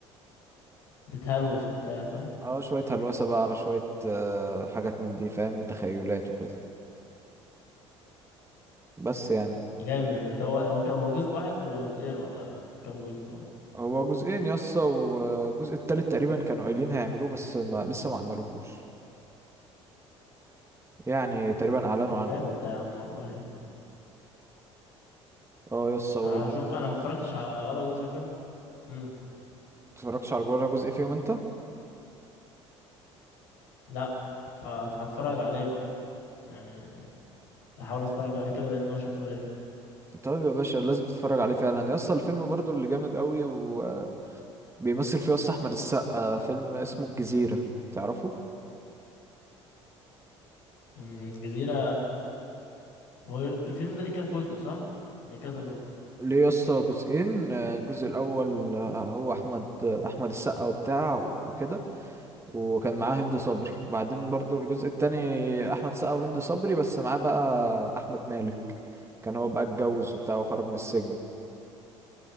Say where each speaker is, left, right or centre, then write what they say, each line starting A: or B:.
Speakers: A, on the left; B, on the right.
A: بتهلوس وبتاع صح
B: اه شوية هلوسة بقى على شوية آه، حاجات من دي فاهم تخيلات وكده بس يعني
A: جامد ده طب هو هو ك- هو جزء واحد ولا جزئين ولا كام جزء ولا
B: هو جزئين يسطا والجزء التالت تقريبا كانوا قايلين هيعملوه بس ما لسه ما عملوهوش يعني تقريبا أعلنوا
A: طب
B: عنه
A: جامد ده يا عم والله
B: اه يسطا وال-
A: انا هشوف انا ما اتفرجتش على ولا جزء فيهم امم
B: متفرجتش على جوه جزء فيهم انت
A: لا فهتفرج عليه بقى يعني هحاول اتفرج عليه كده لان هو شكله رايق
B: طيب يا باشا لازم تتفرج عليه فعلا يسطا الفيلم برضو اللي جامد قوي وبيمثل فيه يسطا احمد السقا فيلم اسمه الجزيرة تعرفه
A: امم الجزيرة هو ال- الفيلم ده ليه كام جزء صح ليه كذا جزء
B: ليه يسطا جزئين آه، الجزء الاول آه، هو احمد آه، احمد السقا وبتاع وكده وكان معاه هند صبري وبعدين برضو الجزء التاني احمد السقا وهند صبري بس معاه بقى احمد مالك كان هو بقى اتجوز وبتاع وخرج من السجن